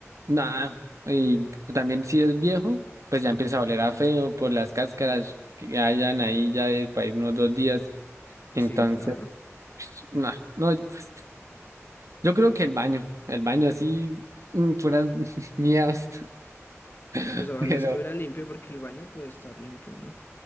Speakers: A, on the right; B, on the left.
A: nada, y también si es viejo, pues ya empieza a oler a feo por las cáscaras que hayan ahí ya de para ir unos dos días. Entonces,
B: sí, claro.
A: nah, no, pues, yo creo que el baño, el baño así, mm, puras <laughs> miedos, <laughs>
B: Pues ojalá
A: pero,
B: estuviera limpio porque el baño puede estar limpio, ¿no?